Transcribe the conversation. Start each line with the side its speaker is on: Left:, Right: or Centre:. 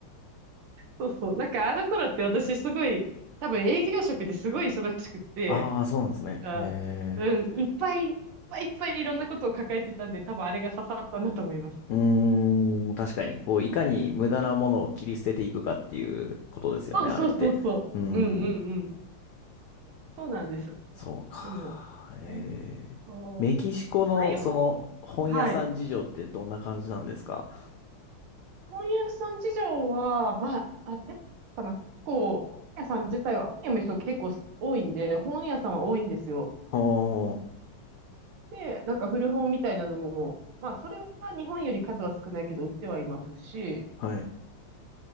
Right: そうそう。なんかあの頃って私すごい、多分営業職ですごい忙しくって、
Left: ああ、そうなんですね。
Right: なんか、
Left: へえ。
Right: うん、いっぱいいっぱいいっぱいいろんなことを抱えてたんで、多分あれが刺さったんだと思います。
Left: うーん、確かに、こう、いかに無駄なものを切り捨てていくかっていうことですよね、
Right: そうそうそうそう。
Left: あれって。うーん、
Right: うんうんうん。そうなんです。
Left: そうか。
Right: でも、
Left: ええ。
Right: えー、そう。
Left: メキシコの、
Right: ああいう本、
Left: その、本屋さん事情ってどんな感じなんですか
Right: はい。本屋さん事情は、まあ、あれかな、こう本屋さん自体は、本屋も人結構多いんで、本屋さんは多いんですよ。
Left: おー、
Right: で、なんか古本みたいなのも、まあ、それは日本より数は少ないけど、売ってはいますし、
Left: はい。